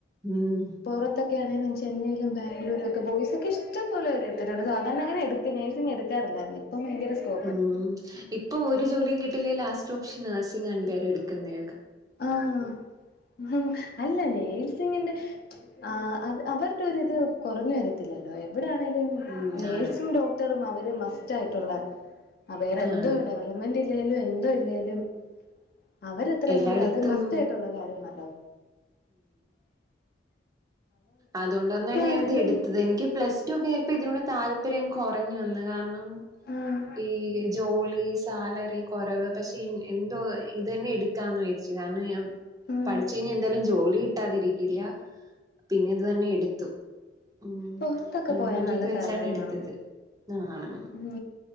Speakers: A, on the right; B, on the left.
A: ഉം
B: പൊറത്തൊക്കെ ഒക്കെ ആണേലും ചെന്നൈയിലും ബംഗ്ലൂരൊക്കെ ബോയ്സൊക്കെ ഇഷ്ടം പോലെരെ എട്ത്തിട്ടുണ്ട് സാധാരണ അങ്ങനെ എടുക്കെ നഴ്സിങ് എടുക്കാറില്ലാ ല്ലാതെ ഇപ്പം ഭയെങ്കര സ്കോ
A: ഉം ഇപ്പൊ ഒരു ജോലിയും കിട്ടില്ലേല് ലാസ്റ്റ് ഓപ്ഷൻ നഴ്സിംഗ് ആണല്ലാരും എടുക്കുന്നെ
B: ആഹ് അഹ് അല്ലന്നെ ണ്ട് ആഹ് അവര്ട്ടൊര് ഇത് കൊറഞ്ഞ് വരത്തില്ലല്ലോ <unintelligible> ഇവിടേ ആണെലും
A: ഉം
B: നെഴ്സും
A: ആണ്
B: ഡോക്ടറും അവര് മസ്റ്റ് ആയിട്ട്ള്ള വേറെന്ത്
A: ആണ്
B: ഡെവലപ്മെന്റ് ഇല്ലേലും എന്തു ഇല്ലേലും അവരെത്രേയും
A: എല്ലായിടത്തും
B: അത് മസ്റ്റായിട്ടുള്ള കാര്യാണല്ലോ
A: അതുകൊണ്ടാന്നെന്നെ ഞാനിത്
B: ആണേലും
A: എടുത്തത് എനിക്ക് പ്ലസ് ടു ക കേപ്പ് <unintelligible> ഇതിനോട് താല്പര്യം <unintelligible> കൊറഞ്ഞു വന്ന്കാര്ണം
B: ആഹ്
A: ഈ ജോലി ഈ സാലറി കൊറവ പക്ഷെ ഇൻ എന്തോ ഇതെനെ ഇട്ക്കാന്ന് വെച്ച് കാരണം <unintelligible>
B: ആഹ്
A: പഠിച്ച് കഴിഞ്ഞാ എന്തായാലും ജോലി കിട്ടാതിരിക്കില്ല പിന്നെത് തന്നെ എടുത്തു ഉം
B: പുറത്തൊക്കെ
A: അങ്ങനെ
B: പോയാൽ
A: ഒരു
B: നല്ല
A: ഇത് വെച്ചാണ്
B: സാലറിയാണോ
A: എടുത്തത് ആണ്
B: ഉം